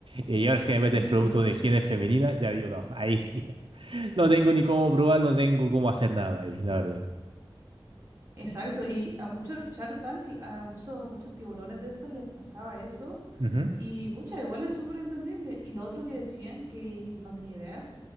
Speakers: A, on the right; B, on the right.
A: Eh, y ahora es que me metes
B: Ujú,
A: producto de higiene femenina, ya digo, no, <laughs> ahí sí que <laughs> no tengo ni cómo probar, no tengo cómo hacer nada ahí, la verdad.
B: Exacto, y a muchos Shark Tank, a muchos, muchos tiburones de estos les pasaba eso,
A: Ujú,
B: y pucha, igual es súper entendible. Y lo otro que decían, que no tenía idea,